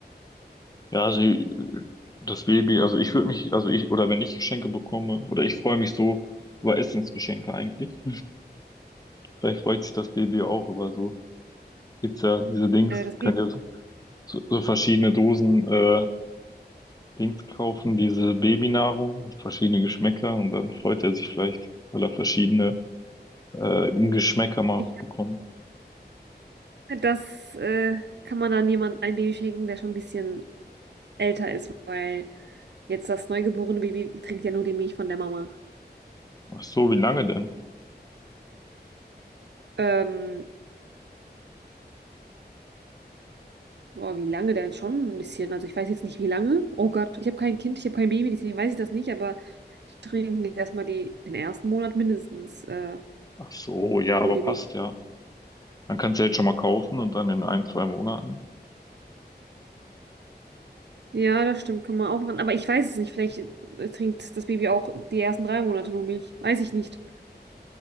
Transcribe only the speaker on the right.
Äh, das,
ich,
Das äh, kann man dann jemand ein Baby schenken, der schon ein bisschen älter ist, weil jetzt das neugeborene Baby trinkt ja nur die Milch von der Mama.
Ähm, boah, wie lange denn schon? Ein bisschen. Also ich weiß jetzt nicht, wie lange. Oh Gott, ich habe kein Kind, ich habe kein Baby, deswegen weiß ich das nicht, aber die trinken jetzt erstmal die, den ersten Monat mindestens äh,
nur
die
Milch.
Ja, das stimmt, kann man auch machen. Aber ich weiß es nicht. Vielleicht äh, trinkt das Baby auch die ersten drei Monate nur Milch. Weiß ich nicht.